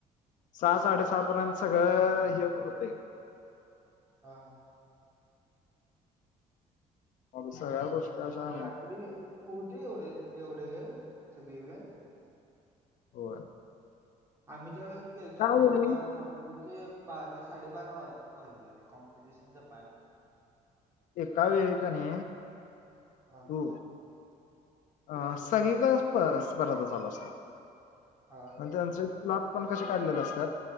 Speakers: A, on the left; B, on the right.
A: सहा साडेसहा पर्यंत सगळं हे होतय.
B: हा हा.
A: मग सगळया गोष्टी?
B: अ
A: अशा
B: रात्री कुठे एवढे एवढे सगळे इव्हेंट?
A: हो.
B: आम्ही जेव्हा गेलतो ना
A: वेळी
B: तेव्हा त्रींचे बारा साडेबारा वाजलेले कॉम्पिटिशन जपायला.
A: एकावेळी एकाने
B: हां.
A: हो. अ सगळीकडेच स्प स्पर्धा चालू असतात.
B: हा.
A: त्यांचं प्लॉट पण कशे काढलेले असतात